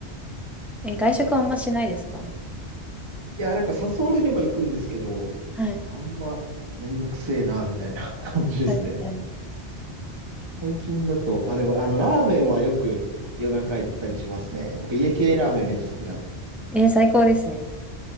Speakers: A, in the centre; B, on the right.
A: <laughs> え、外食あんましないですか
B: いや、なんか誘われれば行くんですけど、
A: はい。
B: あんまめんどくせえな、みたいな <laughs> 感じですね。
A: はい、はい。
B: 最近だと、あ、でもあの、ラーメンはよく夜中行ったりしますね。僕家系ラーメンめっちゃ好きなんで。
A: えー最高ですね。